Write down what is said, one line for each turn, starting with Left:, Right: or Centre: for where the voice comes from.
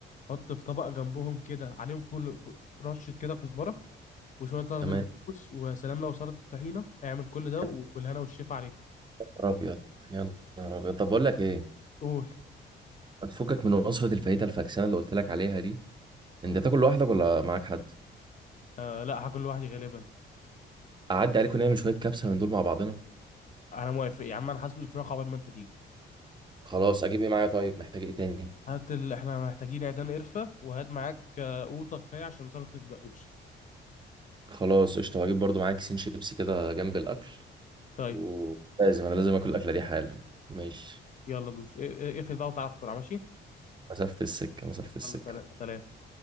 Left: حط في طبق جنبهم كده عليهم فول ف- رشه كده كزبره وشويه سلطه
Right: تمام
Left: دقوس ويا سلام لو سلطه طحينه اعمل كل ده
Right: يا
Left: و- والهنا والشيف عليك
Right: نهار أبيض يا نهار أبيض طب بقول لك إيه
Left: قول
Right: ما تفكك من وصفة الفاهيتا الفاكسانة اللي قلت لك عليها دي أنت بتاكل لوحدك ولا معاك حد؟
Left: آه لا هاكل لوحدي غالبا
Right: أعدي عليك ونعمل شوية كبسة من دول مع بعضنا
Left: انا موافق يا عم انا هسلق الفراخ عقبال ما انت تيجي
Right: خلاص أجيب إيه معايا طيب محتاج إيه تاني؟
Left: هات ال... احنا محتاجين عيدان قرفة وهات معاك آه، قوطة كفاية عشان سلطة الدقوس
Right: خلاص قشطة وأجيب برضو معايا كيسين شيبسي كده جنب الأكل
Left: طيب
Right: ولازم أنا لازم آكل الأكلة دي حالا ماشي
Left: يلا دوس اق- اق- اقفل بقى وتعالى بسرعة ماشي
Right: مسافة السكة مسافة السكة
Left: يلا سلام سلام